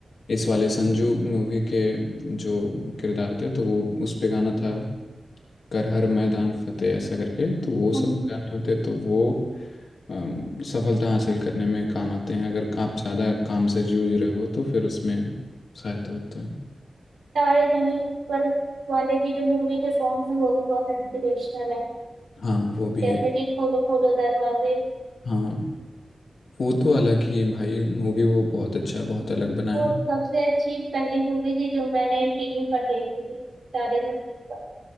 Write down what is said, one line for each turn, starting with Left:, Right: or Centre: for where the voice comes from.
Left: इस वाले संजू मूवी के जो किरदार थे तो वो उस पे गाना था कर हर मैदान फतेह ऐसा करके तो वो सब
Right: हम्म,
Left: गाने होते हैं, तो वो अम, सफलता हासिल करने में काम आते हैं अगर आप ज़्यादा काम से जूझ रहे हो तो फिर उसमें सहायता होता है
Right: तारे जमीन पर वाले भी जो मूवी के सॉन्ग्स हैं वो भी बहुत इंस्पिरेशनल है
Left: हाँ वो भी
Right: जैसे
Left: है
Right: कि खोलो खोलो दरवाजे
Left: हाँ वो तो अलग ही भाई मूवी वो बहुत अच्छा बहुत अलग बना
Right: वो
Left: है
Right: सबसे अच्छी पहली मूवी थी जो मैंने टीवी पर देखी थी तारे जमीन पर